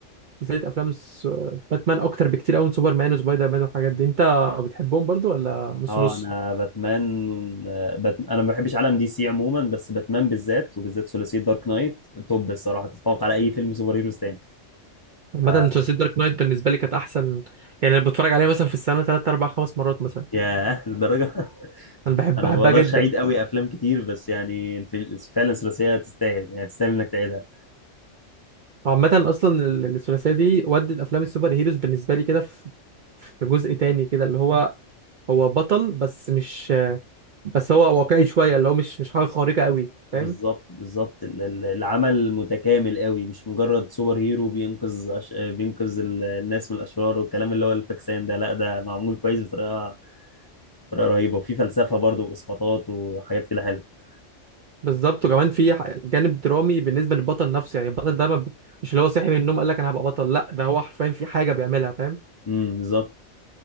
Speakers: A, on the right; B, on the left.
A: سلسله افلام الس- باتمان اكتر بكتير قوي من سوبرمان وسبايدر مان والحاجات دي انت بتحبهم برضو ولا نص
B: اه
A: نص
B: انا باتمان آه بات... انا ما بحبش عالم دي سي عموما بس باتمان بالذات وبالذات ثلاثيه دارك نايت توب الصراحه تتفوق على اي فيلم سوبر هيروز تاني
A: عامه
B: ف...
A: سلسله دارك نايت بالنسبه لي كانت احسن يعني انا بتفرج عليها مثلا في السنه 3 4 5 مرات مثلا
B: ياه للدرجه <laughs>
A: انا بحب
B: انا
A: بحبها
B: ما بقدرش
A: جدا
B: اعيد قوي افلام كتير بس يعني الفي- فعلا ثلاثيه تستاهل يعني تستاهل انك تعيدها
A: عامة أصلا ال- الثلاثية دي ودت أفلام السوبر هيروز بالنسبة لي كده في في جزء تاني كده اللي هو هو بطل بس مش بس هو واقعي شوية اللي هو مش مش حاجة خارقة قوي
B: بالظبط
A: فاهم
B: بالظبط ال- ال- العمل متكامل قوي مش مجرد سوبر هيرو بينقذ أش... بينقذ ال- الناس من الأشرار والكلام اللي هو الفاكسان ده لا ده معمول كويس بطريقة بطريقة رهيبة وفي فلسفة برضو وإسقاطات وحاجات كده حلوة
A: بالظبط وكمان في ح- جانب درامي بالنسبة للبطل نفسه يعني البطل ده ما ب- مش اللي هو صاحي من النوم قال لك أنا هبقى بطل لا ده هو حرفيا في حاجة بيعملها فاهم
B: امم بالظبط